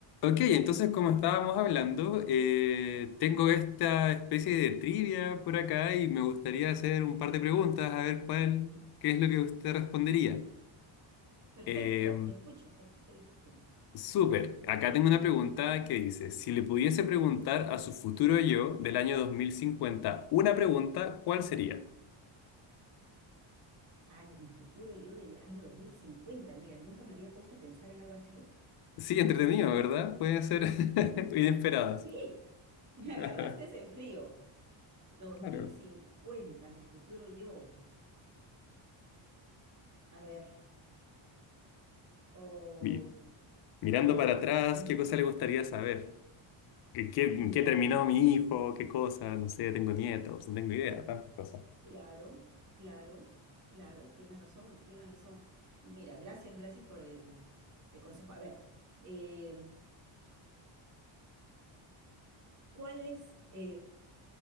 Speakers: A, on the left; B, on the right.
A: Ok, entonces como estábamos hablando, eh, tengo esta especie de trivia por acá y me gustaría hacer un par de preguntas a ver cuál, qué es lo que usted respondería.
B: Perfecto,
A: Eh,
B: te escucho, te escucho, Vicente.
A: súper, acá tengo una pregunta que dice, si le pudiese preguntar a su futuro yo del año 2050 una pregunta, ¿cuál sería?
B: Ah, en mi futuro yo del año 2050. mira, nunca me había puesto a pensar en algo así.
A: Sí, entretenido, ¿verdad?
B: Eh,
A: Pueden ser
B: Sí,
A: <laughs> inesperadas.
B: sí, <laughs> me agarraste
A: <laughs>
B: en frío. Dos
A: Claro.
B: mil cincuenta, mi futuro yo. A ver, o
A: Mi- Mirando
B: bueno,
A: para atrás,
B: 2050,
A: ¿qué cosa le gustaría saber? ¿Qué, qué, en
B: mirando,
A: qué terminó mi hijo? ¿Qué cosa? No sé, tengo nietos, no tengo idea, tantas cosas.
B: claro, claro, claro, tienes razón, tienes razón. Mira, gracias, gracias por el, el consejo. A ver, eh, ¿cuál es, eh,